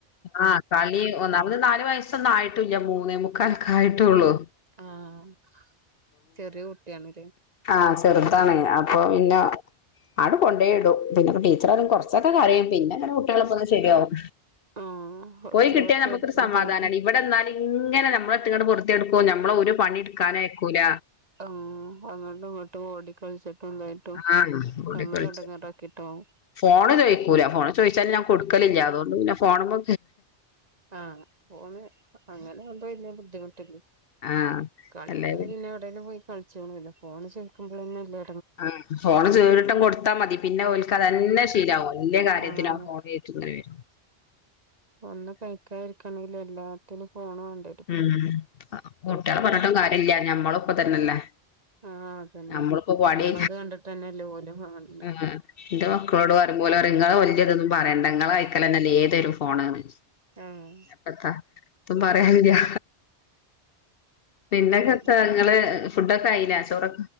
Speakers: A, on the left (about 60°); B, on the right (about 35°).
A: ആഹ് കളി ഒന്നാമത് നാല് വയസ്സൊന്നും ആയിട്ടൂില്ല മൂന്നേ മുക്കാലൊക്കെ ആയിട്ടുള്ളൂ.
B: ആഹ് ചെറിയ കുട്ടിയാണല്ലെ
A: ആഹ് ചെറുതാണ് അപ്പൊ പിന്നെ ആണ്ട് കൊണ്ടോയിടും പിന്നെക്കെ ടീച്ചർ ആട് കുറച്ചൊക്കെ കാര്യയും പിന്നെ അങ്ങനെ കുട്ടികളിപ്പോ ഒന്ന് ശരിയാവും
B: ആഹ് ഫസ്റ്റ്
A: പോയി കിട്ടിയാൽ
B: കുറച്ച്
A: നമുക്കൊരു
B: ബുദ്ധിമുട്ട്
A: സമാധാനമാണ് ഇവിടെ നിന്നാല് എങ്ങനെ നമ്മളെട്ടങ്ങട്ട് പൊറത്തിയ എടുക്കും നമ്മളെ ഒരു പണി എടുക്കാനോ ആയക്കൂല
B: ആ അങ്ങോട്ട് ഇങ്ങോട്ട് ഓടി കളിച്ചിട്ടും എന്തായിട്ടും
A: ആഹ് ഓടിക്കളിച്ചു
B: നമ്മളെ ഇടങ്ങറാക്കിട്ടാവും
A: ഫോണ് ചോദിക്കൂല ഫോണ് ചോദിച്ചാലും ഞാൻ കൊടുക്കലില്ല അതുകൊണ്ട് പിന്നെ ഫോണ് മ്മ
B: ആഹ് ഫോണ് അങ്ങനെുമ്പോ വലിയ ബുദ്ധിമുട്ടില്ല
A: ആഹ്
B: കളിക്കല്
A: അല്ലേ
B: പിന്നെ എവിടെലും പോയി കൾ ഫോണ് ചോയിച്ചുക്കുമ്പോൾ തന്നല്ലേ
A: ആ ഫോണ് ചൂ ഒരിട്ടം കൊടുത്താ മതി പിന്നെ ഒൽക്ക് അതന്നെ ശീലമാവും വല്ല കാര്യത്തിന
B: ആഹ്
A: ആ ഫോണ് തരി <unintelligible>
B: ഒന്ന് കഴിക്കാ ഇരിക്കണില്ല എല്ലാത്തിനും ഫോണ് വേണ്ടിവരും ഇപ്പൊ
A: ഉം കട്ടികള്
B: എത്ര
A: പറഞ്ഞിട്ടും
B: എത്ര
A: കാര്യം ഇല്ല ഞമ്മളുപ്പതന്നല്ലേ
B: ആഹ് അതന്നെ
A: നമ്മളിപ്പോ പടി
B: ഞമ്മൾത് കണ്ടിട്ടന്നെല്ലേ ഓലും കാണ്‌ണെ
A: എന്റെ മക്കളോട് പറ ഓലോ റിയും ങ്ങള് വലിയതൊന്നും പറയണ്ട ങ്ങളെ കഴിക്കലന്നെല്ലേ ഏതൊരും ഫോണാണ്
B: ആഹ്
A: പ്പത്താപ്പ പറയാ പിന്നക്കെത്താ
B: പിന്നെ
A: നിങ്ങള് ഫുഡൊക്കെ ആയില്ലേ ചോറൊ